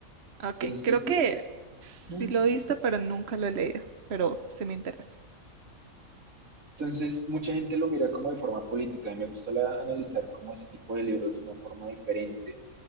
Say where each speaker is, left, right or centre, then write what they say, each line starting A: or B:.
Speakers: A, on the right; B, on the right.
A: Ah, Ok,
B: Entonces,
A: creo que sí
B: mm,
A: lo he visto, pero nunca lo he leído, pero sí me interesa.
B: entonces, mucha gente lo mira como de forma política. A mí me gusta la- analizar como ese tipo de libros de una forma diferente,